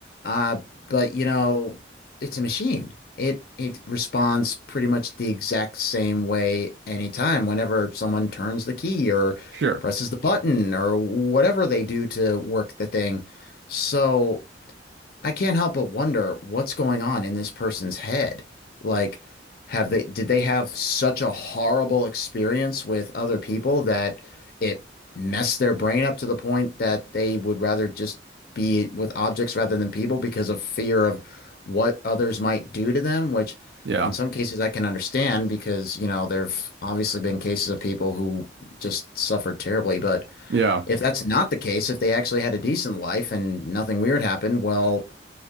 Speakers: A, on the left (about 55°); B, on the right (about 70°).
A: Uh, but you know, it's a machine. It it responds pretty much the exact same way anytime, whenever someone turns the key or
B: Sure.
A: presses the button or whatever they do to work the thing. So I can't help but wonder what's going on in this person's head. Like, have they, did they have such a horrible experience with other people that it messed their brain up to the point that they would rather just be with objects rather than people because of fear of what others might do to them, which
B: Yeah.
A: in some cases I can understand because, you know, there've obviously been cases of people who just suffered terribly. But
B: Yeah.
A: if that's not the case, if they actually had a decent life and nothing weird happened, well,